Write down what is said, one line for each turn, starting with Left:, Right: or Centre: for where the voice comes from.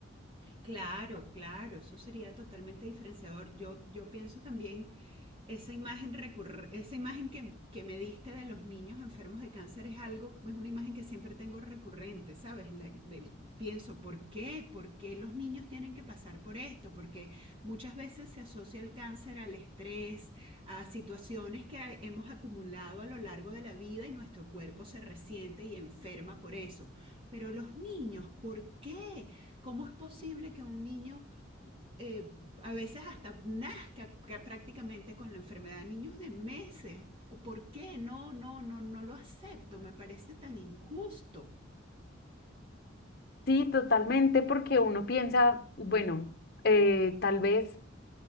Right: Claro, claro, eso sería totalmente diferenciador. Yo, yo pienso también esa imagen recurre, esa imagen que, que, me diste de los niños enfermos de cáncer es algo, es una imagen que siempre tengo recurrente, ¿sabes? La, de, pienso, ¿por qué? ¿Por qué los niños tienen que pasar por esto? Porque muchas veces se asocia el cáncer al estrés, a situaciones que hemos acumulado a lo largo de la vida y nuestro cuerpo se resiente y enferma por eso. Pero los niños, ¿por qué? ¿Cómo es posible que un niño eh, a veces hasta nazca prácticamente con la enfermedad, niños de meses. ¿Por qué? No, no, no, no lo acepto, me parece tan injusto.
Left: Sí, totalmente, porque uno piensa, bueno, eh, tal vez